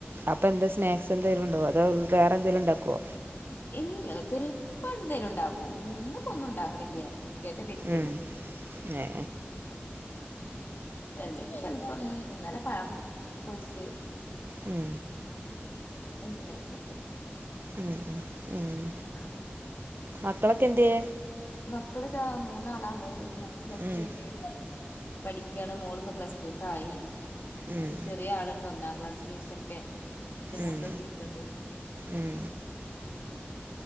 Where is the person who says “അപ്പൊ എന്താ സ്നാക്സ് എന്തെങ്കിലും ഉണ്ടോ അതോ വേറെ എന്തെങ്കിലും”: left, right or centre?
Right